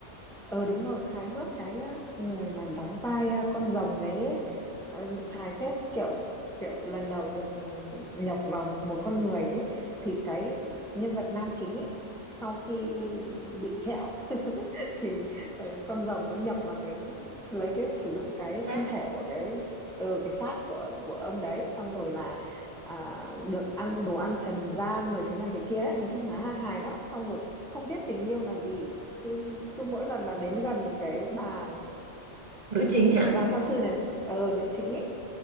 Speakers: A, in the centre; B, on the right.
A: ờ đúng rồi hài hước cái á, người mà đóng vai à, con rồng đấy ấy, ờ, hài phết kiểu kiểu lần đầu được ừ, nhập vào một con người ấy thì cái nhân vật nam chính ấy sau khi bị hẹo <laughs> thì ờ, con rồng nó nhập vào cái lấy cái sử dụng cái
B: xác
A: thân thể của cái ừ, cái xác của của ông đấy xong rồi là à, được ăn đồ ăn trần gian rồi thế này thế kia ấy. nói chung là hài lắm xong rồi không biết tình yêu là gì cứ mỗi lần mà đến gần cái bà
B: nữ chính hả
A: cái bà pháp sư này ờ nữ chính ấy